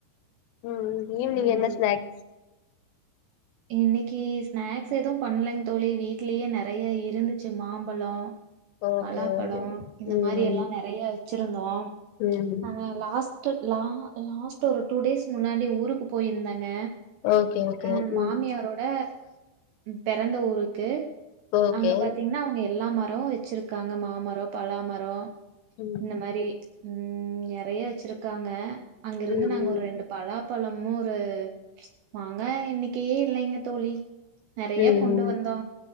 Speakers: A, on the left (about 80°); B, on the right (about 75°).
A: ம்ம் ஈவ்னிங்
B: இனிமேல்
A: என்ன ஸ்நாக்
B: இன்னிக்கு ஸ்நாக்ஸ் எதுவு பண்லங்க தோழி வீட்லயே நெறய இருந்துச்சு மாம்பழொ
A: ஓகே
B: பலாப்பழொ
A: ஓகே
B: இந்த
A: ம்
B: மாரியெல்லாம் நெறய வச்சிருந்தோ
A: ம்
B: நாங்க லாஸ்ட் லா லாஸ்ட் ஒரு டூ டேஸ் முன்னாடி ஊருக்கு போயிருந்தங்க
A: ஓக்கே ஓக்கே
B: அ
A: ஓக்
B: மாமியாரோட பெறந்த ஊருக்கு
A: ஓகே
B: அங்க பாத்தீங்னா அவுங்க எல்லா மரவு வச்சிருக்காங்க மாமரொ பலாமரொ
A: ம்
B: இந்த மாரி ம் நெறய வச்சிருக்காங்க அங்கிருந்து
A: ம் ம்
B: நாங்க ஒரு ரெண்டு பலாப்பழமு ஒரு மாங்காய் எண்ணிக்கையே இல்லைங்க தோழி நெறய
A: ம்
B: கொண்டு
A: ம்
B: வந்தோ